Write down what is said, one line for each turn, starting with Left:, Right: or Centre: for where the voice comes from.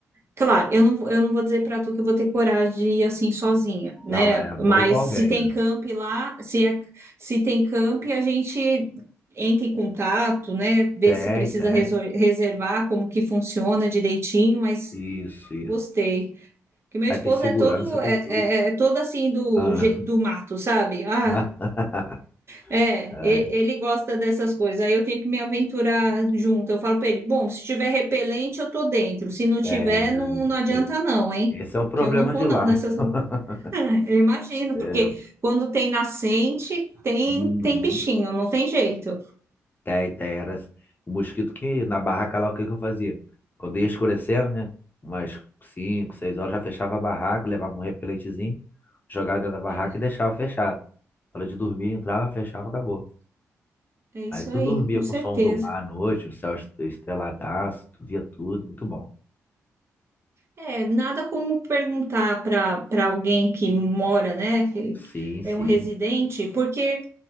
Right: Claro, eu não, eu não vou dizer para tu que eu vou ter coragem de ir assim sozinha, né?
Left: Não, é bom
Right: Mas
Left: ir com alguém.
Right: se tem camp lá, se, é- se tem camp, a gente entra em contato, né? Vê
Left: Tem,
Right: se precisa
Left: tem.
Right: resol- reservar, como que funciona direitinho, mas
Left: Isso, isso.
Right: gostei. Porque meu
Left: Aí
Right: esposo
Left: tem segurança,
Right: é todo,
Left: tem
Right: é,
Left: tudo.
Right: é- é todo assim do,
Left: Ah.
Right: je- do mato, sabe? Ah,
Left: <laughs>
Right: é,
Left: É,
Right: ele, ele gosta dessas coisas. Aí eu tenho que me aventurar junto. Eu falo para ele: bom, se tiver repelente, eu tô dentro. Se não tiver,
Left: é,
Right: não, não adianta
Left: e-
Right: não, hein?
Left: esse é o problema
Right: Que eu não vou
Left: de
Right: não
Left: lá.
Right: nessas. lu-
Left: <laughs>
Right: <laughs> Eu imagino,
Left: É,
Right: porque quando tem nascente, tem
Left: uhum.
Right: tem bichinho, não tem jeito.
Left: Tem, tem. Era o mosquito que na barraca lá, o que que eu fazia? Quando ia escurecendo, né? Umas cinco 6 horas, já fechava a barraca, levava um repelentezinho, jogava dentro da barraca
Right: É,
Left: e deixava fechado. Hora de dormir, entrava, fechava, acabou.
Right: é isso
Left: Aí tu
Right: aí,
Left: dormia
Right: com certeza.
Left: com o som do mar à noite, o céu estreladaço, tu via tudo, muito bom.
Right: É, nada como perguntar para para alguém que mora, né, que
Left: Sim, sim.
Right: é um residente, porque